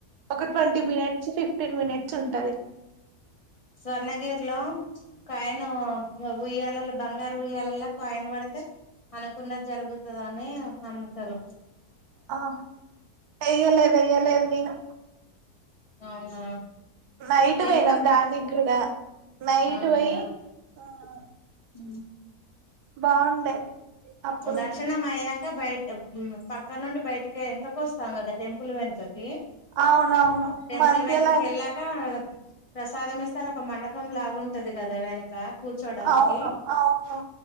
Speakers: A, on the right; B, on the left.
A: ఒక ట్వంటీ మినిట్స్ ఫిఫ్టీన్ మినిట్స్ ఉంటది
B: స్వర్ణగిరిలో ఒకాయన ఉయ్యాలలో బంగారి ఉయ్యా ల్లా కాయిన్ పడితే అనుకున్నది జరుగుతది అని అంటరు
A: అ వెయ్యలేదు వెయ్యలేదు నేను
B: అవునా
A: నైట్
B: ఎంత
A: పోయినాం
B: ప్రచ్
A: దానికి కూడా నైట్
B: అవునా
A: పోయి ఆ
B: ఊ
A: బాగుండే అప్పుడు
B: దర్శనమయ్య క బయట ఊ పక్క నుండి బయటికి వెనకకు వస్తాం కదా టెంపుల్ వెనకకి
A: అవునవును
B: టెంపుల్
A: మధ్యలో
B: వెనకకకేళ్ళాక ప్రసాదం ఇస్తారు ఒక మండపం లాగుంటది కదా వెనక కూర్చోడానికి
A: అవును అవును